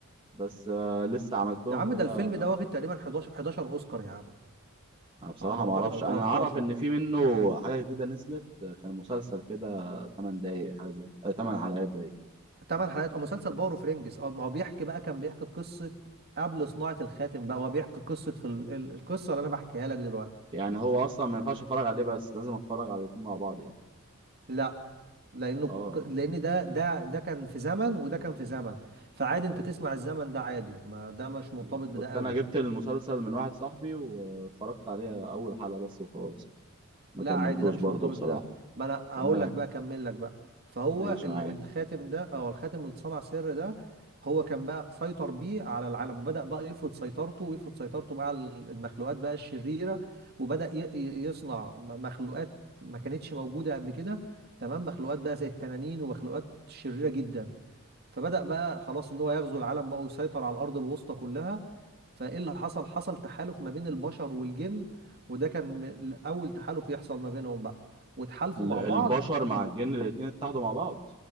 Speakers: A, on the right (about 20°); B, on the right (about 45°).
A: بس آه، لسه عملت لهم
B: يا عم
A: كده
B: ده الفيلم ده واخد تقريبا 11 11 اوسكار يا عم
A: أنا بصراحه
B: على ما اعتقد
A: ما اعرفش
B: او 13
A: انا اعرف ان في منه حاجه جديده نزلت آه، كان مسلسل كده 8 دقايق حاجه زي 8 حلقات
B: ثمان حلقات او مسلسل باور اوف رينجز اه ما هو بيحكي بقى كان بيحكي قصة قبل صناعة الخاتم بقى هو بيحكي قصة في ال... ال- القصة اللي انا بحكيها لك دلوقتي
A: يعني هو اصلا ما ينفعش اتفرج عليه بس لازم اتفرج على الاتنين مع بعض يعني
B: لا لانه
A: اه
B: ك- لان ده ده ده كان في زمن وده كان في زمن فعادي انت تسمع الزمن ده عادي ما ده مش مرتبط
A: لا،
B: بده
A: كنت
B: قوي
A: انا جبت المسلسل من واحد صاحبي واتفرجت عليه اول حلقة بس وخلاص ما
B: لا
A: كملتوش
B: عادي ده مش
A: برضه
B: مرتبط
A: بصراحة
B: بده ما انا هقول
A: تمام
B: لك بقى اكمل لك بقى فهو
A: ماشي
B: ال-
A: معاك
B: الخاتم ده او الخاتم اللي اتصنع سر ده هو كان بقى سيطر بيه على العالم وبدأ بقى يفرض سيطرته ويفرض سيطرته بقى على ال- المخلوقات بقى الشريرة وبدأ ي- ي- يصنع م- مخلوقات ما كانتش موجودة قبل كده تمام مخلوقات بقى زي التنانين ومخلوقات شريرة جدا فبدأ بقى خلاص ان هو يغزو العالم بقى ويسيطر على الارض الوسطى كلها فايه اللي حصل حصل تحالف ما بين البشر والجن وده كان م- اول تحالف يحصل ما بينهم بقى وتحالفوا
A: ال-
B: مع
A: البشر
B: بعض
A: مع
B: و-
A: الجن الاتنين اتحدوا مع بعض